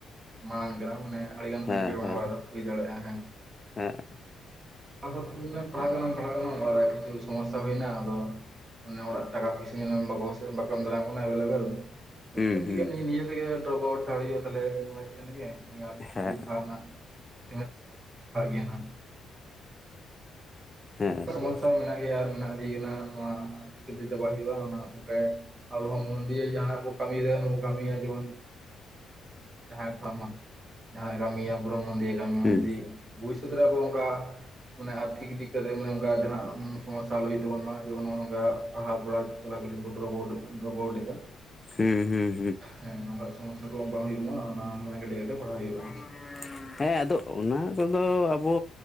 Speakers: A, on the right; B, on the left.
A: ᱢᱟᱲᱟᱝ ᱠᱟᱱᱟ ᱢᱟᱱᱮ ᱟᱹᱰᱤᱜᱟᱱ
B: ᱦᱮᱸ
A: ᱮᱸᱴᱠᱮᱴᱚᱬᱮ
B: ᱦᱮᱸ
A: ᱚᱲᱟᱜ ᱨᱮ ᱦᱩᱭ ᱫᱟᱲᱮᱜᱼᱟ ᱦᱮᱸ ᱾
B: ᱦᱮᱸ ᱾
A: <unintelligible> ᱯᱟᱲᱦᱟᱜ ᱠᱟᱱᱟ ᱯᱟᱲᱦᱟᱜ ᱠᱟᱱᱟ ᱚᱲᱟᱜ ᱨᱮ ᱠᱤᱪᱷᱩ ᱥᱚᱢᱚᱥᱥᱟ ᱦᱩᱭ ᱮᱱᱟ ᱟᱫᱚ ᱚᱱᱮ ᱚᱲᱟᱜ ᱴᱟᱠᱟ ᱯᱚᱭᱥᱟ ᱧᱮᱞ ᱢᱮ ᱵᱟᱠᱚ ᱮᱢᱫᱟᱲᱮᱢ ᱠᱟᱱᱟ ᱮᱵᱮᱞ ᱮᱵᱮᱞ ᱛᱚ
B: ᱦᱩᱸ
A: ᱪᱮᱢ ᱪᱤᱠᱟᱹᱭᱟ
B: ᱦᱩᱸ
A: ᱱᱤᱭᱟᱹ ᱛᱮᱜᱮ <unintelligible> ᱦᱩᱭᱩᱜ-ᱟ ᱛᱟᱦᱞᱮ <unintelligible> <unintelligible>
B: ᱦᱮᱸ
A: ᱜᱮᱭᱟ ᱦᱟᱸᱜ ᱾
B: <inaudible> ᱦᱮᱸ
A: ᱥᱚᱢᱚᱥᱥᱟ
B: ᱾
A: ᱢᱮᱱᱟᱜ ᱜᱮᱭᱟ ᱟᱨ ᱢᱮᱱᱟᱜ ᱤᱫᱤᱭ ᱠᱟᱱᱟ ᱱᱚᱣᱟ ᱪᱤᱠᱟᱹᱛᱮ ᱪᱟᱵ ᱦᱩᱭᱩᱜᱼᱟ ᱚᱱᱟ ᱚᱱᱠᱟ ᱟᱵᱚ ᱦᱚᱸ ᱢᱚᱱ ᱫᱤᱭᱮ ᱡᱟᱦᱟᱸ ᱠᱚ ᱠᱟᱹᱢᱤᱭ ᱫᱟ ᱠᱟᱹᱢᱤᱭᱟ ᱡᱮᱢᱚᱱ ᱾ ᱡᱟᱦᱟᱸᱭ ᱯᱟᱲᱟᱜ ᱢᱟ ᱡᱟᱦᱟᱸᱭ ᱠᱟᱹᱢᱤᱭᱟ ᱵᱚᱨᱚᱢ ᱵᱟᱸᱫᱤᱭᱮᱭ ᱠᱟᱹᱢᱤᱭᱟ
B: ᱦᱩᱸ
A: ᱡᱩᱫᱤ ᱵᱩᱡᱽ ᱠᱟᱛᱮ ᱨᱮᱦᱚᱸ ᱟᱵᱚ ᱚᱱᱠᱟ ᱢᱟᱱᱮ ᱟᱨᱛᱷᱤᱠ ᱫᱤᱠ ᱠᱟᱛᱮ ᱢᱟᱱᱮ ᱚᱱᱠᱟ ᱡᱟᱦᱟᱱᱟᱜ ᱥᱚᱢᱚᱥᱥᱟ ᱟᱞᱚ ᱦᱩᱭᱩᱜ ᱛᱟᱵᱚᱱ ᱢᱟ ᱡᱮᱢᱚᱱ ᱱᱚᱜᱼᱚᱭ ᱱᱚᱝᱠᱟ ᱯᱟᱲᱦᱟᱣ ᱯᱟᱲᱦᱟᱣ <unintelligible> ᱰᱨᱚᱯ ᱟᱣᱩᱴ ᱰᱨᱚᱯ ᱟᱣᱩᱴ ᱫᱟ ᱾
B: ᱦᱮᱸ ᱦᱩᱸ ᱦᱩᱸ ᱾
A: ᱦᱮᱸ ᱱᱚᱝᱠᱟ ᱥᱚᱢᱚᱥᱥᱟ ᱠᱚ ᱵᱟᱝ ᱦᱩᱭᱩᱜ ᱢᱟ ᱚᱱᱟ ᱢᱚᱱᱮ ᱠᱮᱴᱮᱡ ᱠᱟᱛᱮ ᱯᱟᱲᱦᱟᱣ
B: <unintelligible> <unintelligible>
A: ᱦᱩᱭᱩᱜᱼᱟ
B: ᱦᱮᱸ ᱟᱫᱚ ᱚᱱᱟ ᱠᱚᱫᱚ ᱟᱵᱚ